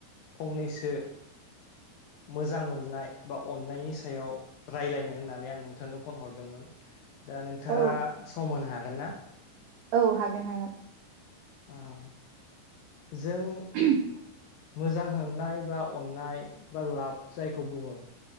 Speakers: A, on the left; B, on the right.
A: फंनैसो मोजां मोननाय बा अननायनि स सायाव रायलायनो होननानै आं नोंथांनो फन हरदोंमोन दा नोंथाङा
B: औ
A: खम होनो हागोन ना
B: औ हागोन हागोन
A: आ जों
B: <inaudible>
A: मोजां होननाय बा अननाय बा लाब जायखौ बुङो